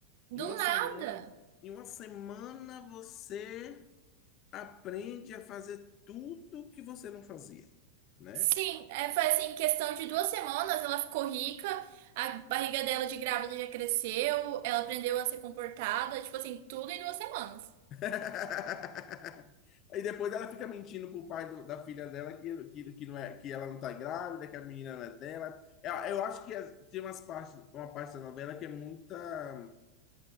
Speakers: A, on the right; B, on the left.
A: Do
B: Em uma semana,
A: nada.
B: em uma semana você aprende a fazer tudo que você não fazia, né?
A: Sim, é, foi assim, em questão de duas semanas ela ficou rica, a barriga dela de grávida já cresceu, ela aprendeu a ser comportada, tipo assim, tudo em duas semanas.
B: <laughs> Aí depois ela fica mentindo pro pai do- da filha dela que, que, que, não é, que ela não tá grávida, que a menina não é dela. Eu, eu acho que as- tem umas partes, uma parte da novela que é muita